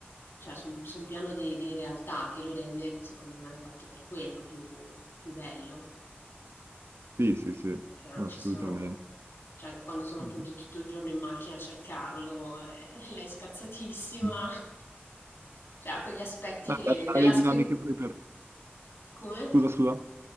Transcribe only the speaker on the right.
Sì, sì, sì,
no,
assolutamente.
Mhm.
Mhm.
No,
bella
le
dinamiche fra i per-
Scusa, scusa.